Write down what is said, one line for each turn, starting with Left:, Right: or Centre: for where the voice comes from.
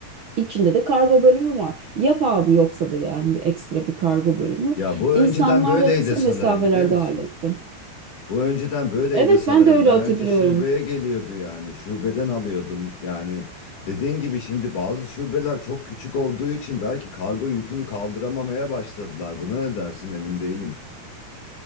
Right: İçinde de kargo bölümü var. Yap abi yoksa da yani bir ekstra bir kargo bölümü.
Left: Ya bu
Right: İnsanlar
Left: önceden böyleydi
Right: da kısa
Left: sanırım
Right: mesafelerde
Left: biliyor musun?
Right: halletsin.
Left: Bu önceden böyleydi
Right: Evet
Left: sanırım.
Right: ben de öyle
Left: Daha
Right: hatırlıyorum.
Left: önce şubeye geliyordu yani. Şubeden alıyordun. Yani dediğin gibi şimdi bazı şubeler çok küçük olduğu için belki kargo yükünü kaldıramamaya başladılar. Buna ne dersin emin değilim.